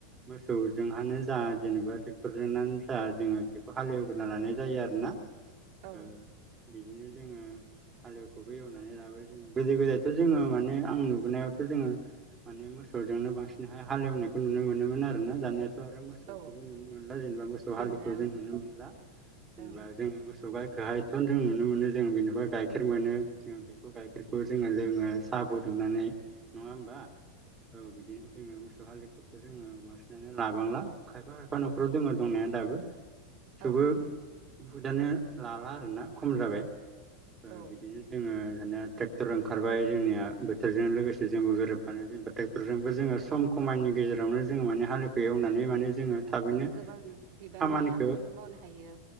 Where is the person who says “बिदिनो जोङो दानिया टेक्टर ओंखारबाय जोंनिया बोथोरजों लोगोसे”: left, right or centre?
Right